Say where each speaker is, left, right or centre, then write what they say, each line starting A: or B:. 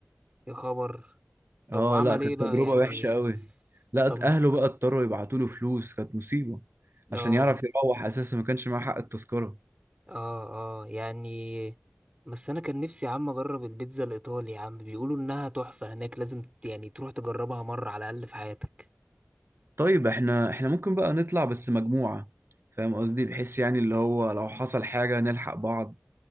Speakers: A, on the right; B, on the right.
A: يا خبر طب
B: اه
A: وعمل
B: لا كانت
A: ايه بقى
B: تجربه
A: يعني
B: وحشه قوي لا
A: طب
B: اهله بقى اضطروا يبعتوا له فلوس كانت مصيبه
A: اه
B: عشان يعرف يروح اساسا ما كانش معاه حق التذكره
A: اه اه يعني بس انا كان نفسي يا عم اجرب البيتزا الايطالي يا عم بيقولوا انها تحفة هناك لازم ت- يعني تروح تجربها مرة على الاقل في حياتك
B: طيب احنا احنا ممكن بقى نطلع بس مجموعة فاهم قصدي بحيث يعني اللي هو لو حصل حاجة نلحق بعض